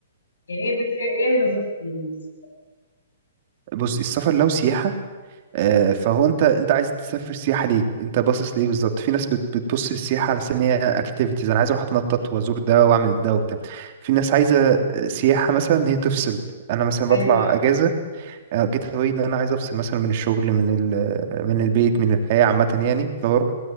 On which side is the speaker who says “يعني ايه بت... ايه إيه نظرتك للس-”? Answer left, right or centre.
Left